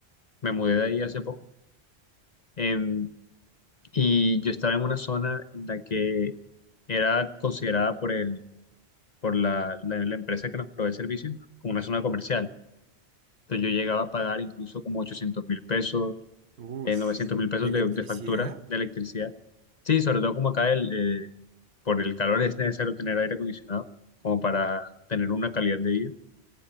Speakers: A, on the left (about 45°); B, on the right (about 80°).
A: me mudé de ahí hace poco. em, y yo estaba en una zona en la que era considerada por el, por la, la, la empresa que nos provee el servicio como una zona comercial. Entonces yo llegaba a pagar incluso como 800 mil pesos,
B: Uff,
A: eh, mil pesos
B: ¿y electricidad?
A: de, de factura de electricidad. Sí, sobre todo como acá el, eh, por el calor es necesario tener aire acondicionado como para tener una calidad de vida.